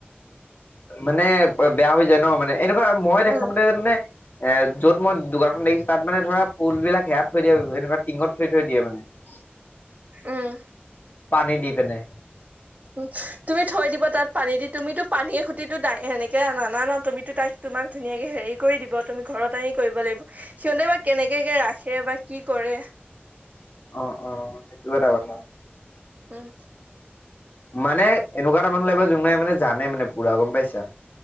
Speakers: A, on the left (about 45°); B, on the right (about 40°).
A: মানে বেয়া হৈ যায় ন, মানে এনেকুৱা মই দেখাম
B: উম
A: মতে মানে এ য'ত মই দোকানখন দেখিছো, তাত মানে ধৰা ফুলবিলাক সেয়াত থৈ দিয়ে, এনেকুৱা টিঙত থৈ থৈ দিয়ে মানে। <unintelligible>
B: উম।
A: পানী দি পিনে
B: উম, তুমি থৈ দিব তাত পানী দি, তুমিতো পানীয়ে <unintelligible> এনেকে আনা নাআনা তুমিতো তা তোমাক ধুনীয়াকে হেৰি কৰি দিব, তুমি ঘৰত আনি কৰিব লাগিব, সিহতে বা কেনেকে বা ৰাখে বা কি কৰে?
A: অ', অ', সেইটো এটা কথা।
B: উম।
A: মানে এনেকুৱা এটা মানু্হ লাগিব, যোনে মানে জানে মানে পুৰা, গম পাইছা?